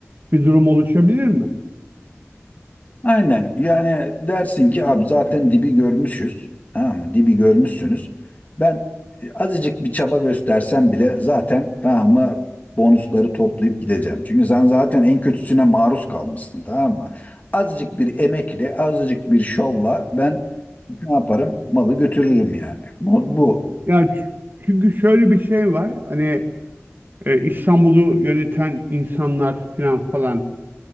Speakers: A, on the right; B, on the left.
A: bir durum oluşabilir mi?
B: Aynen. Yani dersin ki abi zaten dibi görmüşüz. Tamam mı? Dibi görmüşsünüz. Ben azıcık bir çaba göstersem bile zaten tamam mı bonusları toplayıp gideceğim. Çünkü sen zaten en kötüsüne maruz kalmışsın tamam mı? Azıcık bir emekle, azıcık bir şovla ben ne yaparım? Malı götürürüm yani. Mod bu.
A: Ya ç- çünkü şöyle bir şey var. Hani e, İstanbul'u yöneten insanlar filan falan.